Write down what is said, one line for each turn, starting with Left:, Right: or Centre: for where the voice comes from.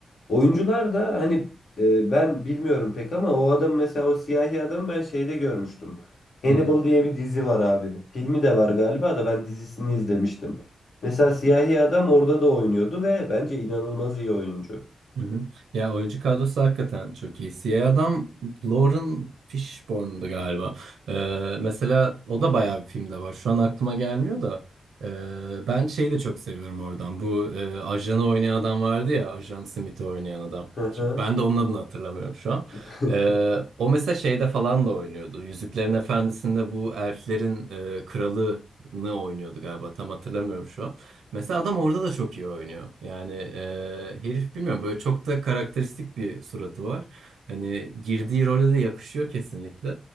Left: Oyuncular da hani ee, ben bilmiyorum pek ama o adam mesela o siyahi adam ben şeyde görmüştüm. Hannibal
Right: hı hı,
Left: diye bir dizi var abi. Filmi de var galiba da ben dizisini izlemiştim. Mesela siyahi adam orada da oynuyordu ve bence inanılmaz iyi oyuncu.
Right: hı hı. Ya oyuncu kadrosu hakikaten çok iyi. Siyah adam Lauren Fishburne'du galiba. Ee, mesela o da bayağı bir filmde var. Şu an aklıma gelmiyor da. Ee, ben şeyi de çok seviyorum oradan. Bu e, ajanı oynayan adam vardı ya. Ajan Smith'i oynayan adam.
Left: Hı hı.
Right: Şimdi ben de onun adını hatırlamıyorum şu an.
Left: <laughs>
Right: Ee, o mesela şeyde falan da oynuyordu. Yüzüklerin Efendisi'nde bu elflerin e, kralını oynuyordu galiba. Tam hatırlamıyorum şu an. Mesela adam orada da çok iyi oynuyor. Yani e, herif bilmiyorum böyle çok da karakteristik bir suratı var. Hani girdiği role de yakışıyor kesinlikle.